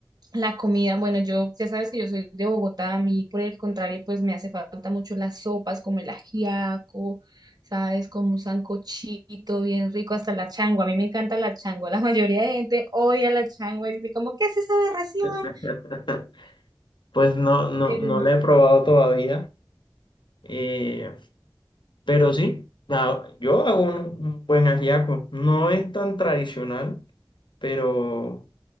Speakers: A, on the right; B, on the left.
A: la comida. Bueno, yo ya sabes que yo soy de Bogotá, a mí por el contrario, pues me hace falta mucho las sopas, como el ajiaco ¿sabes? Como un sancochito bien rico, hasta la changua. A mí me encanta la changua. La mayoría de gente odia la changua y dice como, ¿qué es esa aberración?
B: <laughs> Pues no no
A: Pero,
B: no la he probado todavía, eh, pero sí, nada, yo hago un, un buen ajiaco. No es tan tradicional, pero